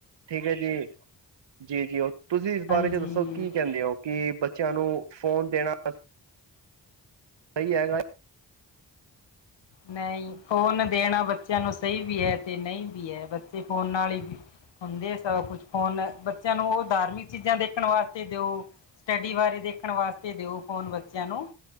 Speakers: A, on the right; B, on the left.
A: ਠੀਕ ਐ ਜੀ, ਜੀ ਜੀ ਉਹ ਤੁਸੀਂ ਇਸ ਬਾਰੇ
B: ਹਾਂਜੀ
A: ਚ ਦੱਸੋ ਕੀ ਕਹਿੰਦੇ ਔ? ਕਿ ਬੱਚਿਆਂ ਨੂੰ ਫੋਨ ਦੇਣਾ ਸਈ ਹੈਗਾ ਐ।
B: ਨਈ ਫੋਨ ਦੇਣਾ ਬੱਚਿਆਂ ਨੂੰ ਸਈ ਵੀ ਐ ਤੇ ਨਈ ਵੀ ਐ ਬੱਚੇ ਫੋਨ ਨਾਲ ਹੀ ਹੁੰਦੇ ਸਭ ਕੁਛ ਫੋਨ ਬੱਚਿਆਂ ਨੂੰ ਉਹ ਧਾਰਮਿਕ ਚੀਜ਼ਾਂ ਦੇਖਣ ਵਾਸਤੇ ਦਿਓ। ਸਟੱਡੀ ਬਾਰੇ ਦੇਖਣ ਵਾਸਤੇ ਦਿਓ ਫ਼ੋਨ ਬੱਚਿਆਂ ਨੂੰ